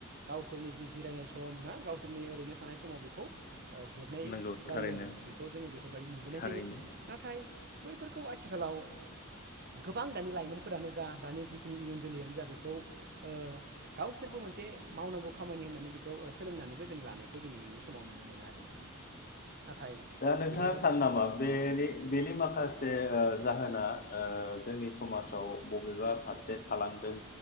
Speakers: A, on the right; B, on the left.
A: गाव गावसोरनि जि जिरायनाय सम ना गावसोरनि ओरैनो थानाय समाव बेखौ हेबनाय
B: नंगौ
A: जायो
B: थारैनो
A: आरो बेखौ जोङो बेफोरबायदि नुबोनाय
B: थारैनो
A: जायो नाथाय बैफोरखौ आथिखालाव गोबां दानि लाइमोनफोरानो जा दानि जिखिनि इयुन जोलैयानो जा बेखौ ओ गावसोरबो मोनसे मावनांगौ खामानि होननानै बेखौ सोलोंनानैबो जों लानायखौ दिनैनि समाव नुनो मोनो आरो नोंथां नाथाय
B: दा नोंथाङा
A: बेयो
B: सानो नामा बेनि बेनि माखासे ओ जाहोना ओ जोंनि समाजाव बबेबा फारसे थालांदों